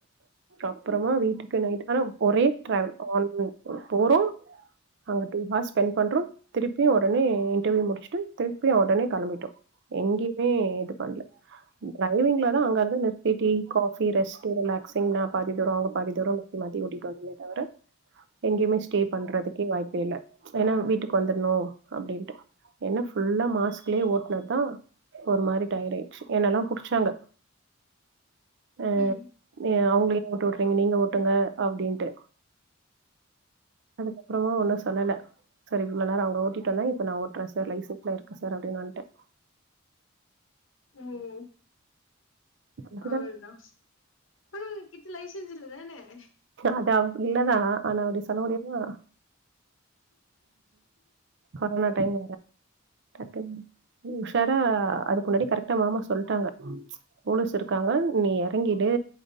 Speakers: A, on the right; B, on the left.
A: அப்புறமா வீட்டுக்கு நைட் நேரம் ஒரே டிராவல் போறோம் அங்க டு ஹார்ஸ் ஸ்பென்ட் பண்றோம் திருப்பி திருப்பியும் உடனே இன்டர்வியூ முடிச்சுட்டு திருப்பியும் உடனே கெளம்பிட்டோம் எங்கேயுமே இது பண்ணல டரைவிங்ல தான் அங்க அங்க நிறுத்தி டீ காபி ரெஸ்ட் ரிலாக்சிங் நான் பாதி தூரம் அவங்க பாதி தூரம் மாத்தி மாத்தி ஓட்டிட்டு வந்தமே தவிர எங்கேயுமே ஸ்டே பண்றதுக்கே வாய்ப்பே இல்லை ஏன்னா வீட்டுக்கு வந்துர்றனும் அப்டின்ட்டு ஏன்ன ஃபுல்லா மாஸ்க்லயே ஓட்டினதான் ஒரு மாதிரி டயர்ட் ஆயிடுச்சு என்னல்லாம் புடிச்சாங்க ஆஹ்
B: ம்
A: நீ அவங்களுக்கு மட்டு <unintelligible> நீங்க ஓட்டுங்க அப்டின்ட்டு அதுக்கப்புறமா ஒன்னு சொ சொல்லல சரி இவ்ளோ நேரம் அவங்க ஓட்டிட்டு இப்ப நான் ஓட்டுறேன் சார் லைசென்ஸ்ல இருக்கு சார் அப்டின்னு வந்துட்டேன்
B: ம்
A: அதுதா
B: அவ்ளோ தான் ஆ என்கிட்ட லைசன்ஸ் இல்ல <unintelligible>
A: அது அவ இல்லதான் ஆனா அப்படி சொல்ல முடியுமா கொரோனா டைம் <unintelligible> <unintelligible> உஷார் ஆ அதுக்கு முன்னாடி கரெக்டா மாமா சொல்ட்டாங்க போலிஸ் இருக்காங்க நீ எறங்கிடு